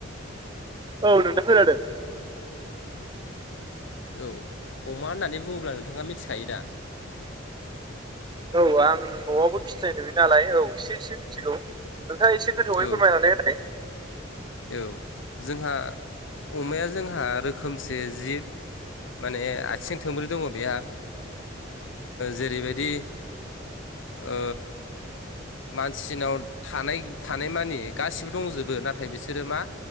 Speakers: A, on the right; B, on the left.
A: औ नोंथां खोनादों
B: औ अमा होननानै बुङोब्ला नोंथाङा मिथिखायो दा
A: औ आं न'आवबो फिथाय नुयो नालाय औ एसे एसे मिथिगौ नोंथाङा एसे फोरमायनानै
B: औ
A: होनाय
B: औ जोंहा अमाया जोंहा रोखोमसे जिब माने आथिं थोंब्रै दङ बेहा जेरैबायदि ओ मानसिनाव थानाय थानाय मानि गासिबो दंजोबो नाथाय बिसोरो मा